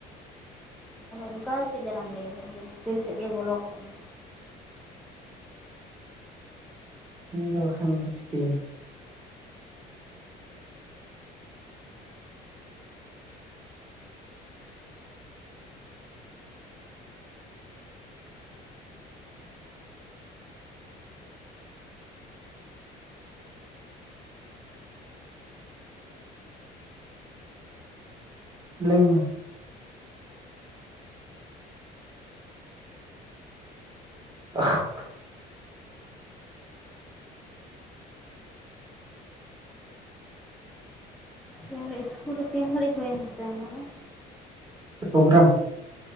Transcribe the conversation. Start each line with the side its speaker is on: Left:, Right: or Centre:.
Centre: ᱟᱫᱚ ᱚᱱᱠᱟ ᱜᱮᱠᱚ ᱡᱟᱱᱟᱢ ᱞᱟᱹᱭᱮᱫᱟ ᱡᱮ ᱵᱷᱤᱛᱤᱨ ᱥᱮᱫ ᱜᱮ ᱵᱚᱞᱚ ᱠᱚᱜ ᱢᱟ
Right: ᱟᱫᱚ ᱵᱟᱠᱷᱟᱱ ᱫᱚ ᱪᱤᱠᱟᱹᱭᱟᱢ, ᱞᱟᱹᱭ ᱢᱮ <unintelligible>
Centre: ᱤᱧ ᱞᱟᱹᱭᱮᱜ-ᱟ ᱤᱥᱠᱩᱞ ᱨᱮ ᱛᱤᱱ ᱜᱷᱟᱹᱲᱤᱡ ᱦᱩᱭᱮᱱ ᱛᱟᱯᱮᱭᱟ ᱚᱱᱟ ᱫᱚ
Right: ᱯᱨᱳᱜᱨᱟᱢ